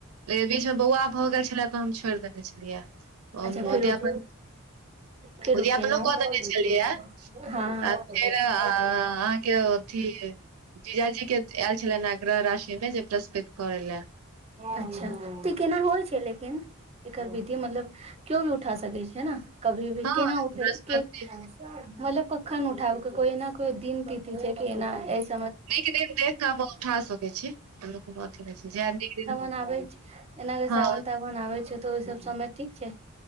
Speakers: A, on the right (about 75°); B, on the right (about 30°).
A: लेकिन बीच में बौआ भऽ गैल छे छेलै तऽ हम छोइड़ देने छेलियै ओ
B: अच्छा फेर
A: उद्यापन---उद्यापनो
B: उठ फेर उठेलहुँ
A: कऽ देने छेलियै।
B: हँ
A: आ फेर अहाँ के अथी जीजाजी के एल छलैन हैं ग्रह राशि में जे ब्रस्पैत करै लै।
B: अच्छा तऽ ई केना होइ छै लेकिन? एकर विधि मतलब कियो भी उठा सकै छै न। कभी भी
A: हँ
B: केना उठै
A: बृहस्पति
B: के मतलब क खन उठाबै के कोई ना कोई दिन तिथि छै की एना ऐस
A: नीक दिन देख कऽ अपन उठा सकै छी हमलोग को बहौत <unintelligible> जैह नीक दिन
B: नाबै छै एना कऽ
A: हँ
B: साबून-ताबून आबै छै तऽ ओय सब समय ठीक छै?